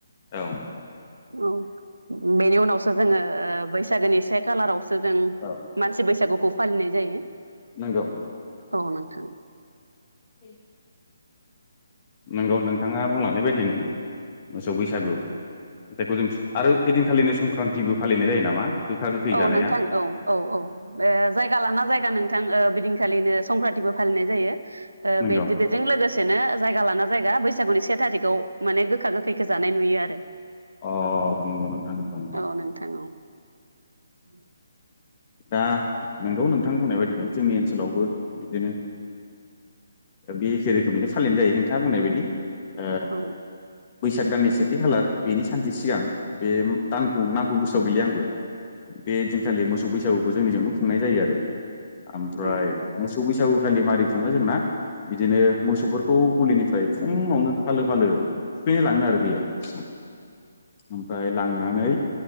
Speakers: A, on the left; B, on the right.
A: औ
B: औ बेनि उनावसो जोङो बैसागोनि से खालारावसो जों
A: औ
B: मानसि बैसागुखौ फालिनाय जायो
A: नंगौ
B: औ नोंथां
A: औ नंगौ नोंथाङा बुंलानाय बायदिनो मोसौ बैसागु जायखौ जों आरो ओयदिनखालिनो संक्रान्तिबो फालिनाय जायो नामा गोखा गोखै
B: औ
A: जानाया
B: नोंथां औ औ औ बे जायगा लाना जायगा नोंथां बिदि संक्रान्तिबो फालिनाय जायो
A: नंगौ
B: बेजों लोगोसे जायगा लाना जायगा बैसागुनि से थारिखआव माने गोखा गोखैखौ जानाय नुयो आरो
A: अ नंगौ नोंथां दं
B: औ नोंथां औ
A: दा नोंगौ नोंथां होननाय बायदिनो जोंनि ओनसोलावबो बिदिनो बे एखे रोखोमैनो फालिनाय जायो नोंथाङा बुंनाय बायदि ओ
B: औ
A: बैसाग दाननि सेथि खालार बेनि सानसे सिगां बे दानखौ नामखौ गोसोआव गैया आंबो बे दिनखालि मोसौ बैसागुखौ जोंनिजोंनो खुंनाय जायो आरो ओमफ्राय
B: औ नोंथां
A: मोसौ बैसागुखौ खालि मारै खुङो जोंना बिदिनो मोसौफोरखौ गलिनिफ्राय फुङावनो फालो फालो थुखैनो लाङो आरो दैयाव ओमफ्राय लांनानै